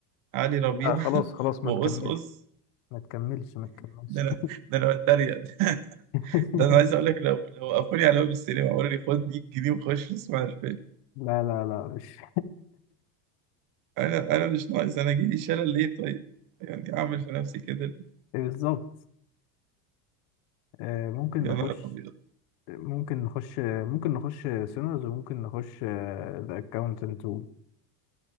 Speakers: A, on the right (about 40°); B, on the left (about 60°).
A: علي ربيع
B: لا
A: <laughs>
B: خلاص خلاص ما
A: وقصقص
B: تكملش ما تكملش ما تكملش
A: ده انا ده انا بتريق <laughs>
B: <laughs>
A: ده انا عايز اقول لك لو لو وقفوني على باب السينما وقالوا لي خد 100 جنيه وخش اسمع الفيلم
B: لا لا لا مش
A: انا انا مش ناقص انا جيلي شلل ليه طيب يعني اعمل في نفسي كده ليه؟
B: <laughs> بالظبط آه، ممكن
A: يا
B: نخش
A: نهار ابيض
B: ممكن نخش ممكن نخش سينرز وممكن نخش ذا اكاونتنت